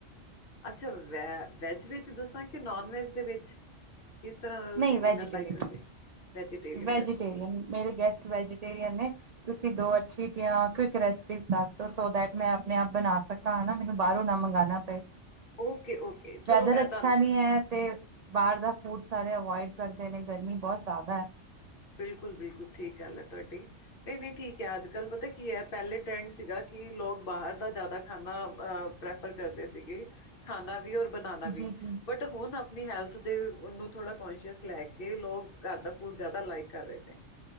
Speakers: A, on the left; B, on the right.
A: ਅੱਛਾ ਵੈ ਵੈੱਜ ਵਿੱਚ ਦੱਸਾਂ ਕਿ ਨੋਨ ਵੈੱਜ ਦੇ ਵਿੱਚ। ਕਿਸ ਤਰ੍ਹਾਂ ਦਾ ਤੁਸੀਂ
B: ਨਹੀਂ ਵੈਜੀਟੇਰੀਅਨ
A: ਡਿਨਰ ਲਾਈਕ ਕਰੋਗੇ ਵੈਜੀਟੇਰੀਨ
B: ਵੈਜੀਟੇਰੀਅਨ
A: ਰੈਸਪੀ।
B: ਮੇਰੇ ਗੈਸਟ ਵੈਜੀਟੇਰੀਅਨ ਨੇ। ਤੁਸੀਂ ਦੋ ਅੱਛੀ ਜੀਆ ਕਿਉਕ ਰਸਪੀ ਦੱਸ ਦੋ ਸੋ ਦੈਟ ਮੈਂ ਆਪਣੇ ਆਪ ਬਣਾ ਸਕਾ। ਤਾ ਨਾ ਮੈਨੂੰ ਬਾਹਰੋਂ ਨਾ ਮੰਗਵਾਣਾ ਪਏ
A: ਓਕੇ ਓਕੇ ਚਲੋ
B: ਵੈਦਰ
A: ਮੈਂ
B: ਅੱਛਾ
A: ਤੁਹਾਨੂੰ
B: ਨੀ ਹੈ ਤੇ ਬਾਹਰ ਦਾ ਫੂਡ ਸਾਰੇ ਅਵੋਇਡ ਕਰਦੇ ਨੇ ਗਰਮੀ ਬਹੁਤ ਜ਼ਿਆਦਾ ਹੈ।
A: ਬਿਲਕੁਲ ਬਿਲਕੁਲ ਠੀਕ ਗੱਲ ਹੈ ਤੁਹਾਡੀ ਨਹੀਂ ਨਹੀਂ ਠੀਕ ਹੈ ਅੱਜ ਕੱਲ੍ਹ ਪਤਾ ਕੀ ਹੈ ਪਹਿਲੇ ਟਰੈਂਡ ਸੀਗਾ ਕਿ ਲੋਕ ਬਾਹਰ ਦਾ ਜ਼ਿਆਦਾ ਖਾਣਾ ਅ ਪ੍ਰੈਫਰ ਕਰਦੇ ਸੀਗੇ ਖਾਣਾ ਵੀ ਔਰ ਬਣਾਉਣਾ
B: ਜੀ
A: ਵੀ
B: ਜੀ।
A: ਬਟ ਹੁਣ ਆਪਣੀ ਹੈਲਥ ਦੇ ਨੂੰ ਥੋੜ੍ਹਾ ਕੋਂਸ਼ੀਅਸ ਲੈ ਕੇ ਲੋਕ ਘਰ ਦਾ ਫੂਡ ਜ਼ਿਆਦਾ ਲਾਈਕ ਕਰ ਰਹੇ ਨੇ।